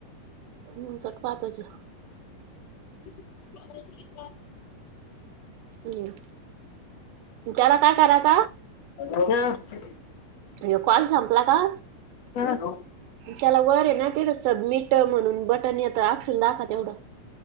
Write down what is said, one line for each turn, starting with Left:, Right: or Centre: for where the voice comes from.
Right: नंतर पाहतोचे.
Left: <inaudible>
Right: हम् त्याला काय करायच?
Left: हा. <unintelligible>
Right: य कॉल संपला का?
Left: ह.
Right: त्याला वरे ना. तीढ सबमीट म्हणून बटन येत. आकक्षुला दाखवा तेवढं.